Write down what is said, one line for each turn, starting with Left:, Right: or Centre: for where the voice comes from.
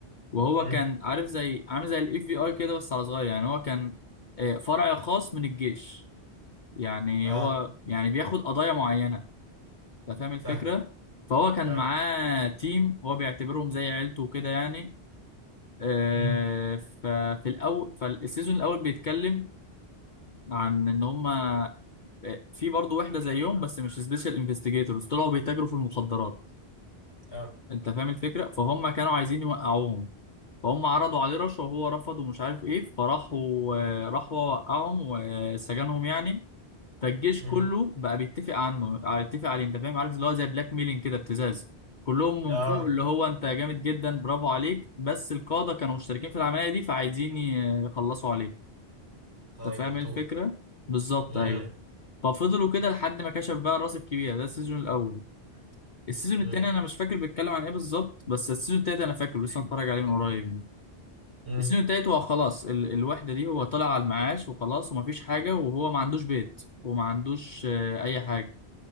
Left: وهو
Right: امم
Left: كان عارف زي عامل زي الاف بي اي كده بس على صغير يعني هو كان آه، فرع خاص من الجيش يعني
Right: اه
Left: هو يعني بياخد قضايا معينه انت فاهم الفكره
Right: فاهمك
Left: فهو كان
Right: اه
Left: معاه تيم هو بيعتبرهم زي عيلته وكده يعني آه،
Right: امم
Left: ففي الاول فالسيزون الاول بيتكلم عن ان هم آه، في برضه وحده زيهم بس مش سبيشال انفستيجيتورز طلعوا بيتاجروا في المخدرات
Right: اه
Left: انت فاهم الفكره فهم كانوا عايزين يوقعوهم فهم عرضوا عليه رشوه وهو رفض ومش عارف ايه فراحوا آه، راحوا وقعهم وسجنهم يعني فالجيش
Right: امم
Left: كله بقى بيتفق عنه آه، يتفق عليه انت فاهم عارف اللي هو زي بلاك ميلينج كده ابتزاز كلهم
Right: اه
Left: من فوق اللي هو انت جامد جدا برافو عليك بس القاده كانوا مشتركين في العمليه دي فعايزين يخلصوا عليه
Right: اه
Left: انت
Right: يموتوه
Left: فاهم الفكرة؟ بالظبط
Right: امم
Left: ايوه ففضلوا كده لحد ما كشف بقى الراس الكبيرة ده السيزون الأول السيزون
Right: امم
Left: التاني أنا مش فاكر بيتكلم عن إيه بالظبط بس السيزون التالت أنا فاكره لسه متفرج عليه من قريب
Right: امم
Left: السيزون التالت هو خلاص ال الوحدة دي هو طالع على المعاش وخلاص ومفيش حاجة وهو ما عندوش بيت وما عندوش آه، أي حاجة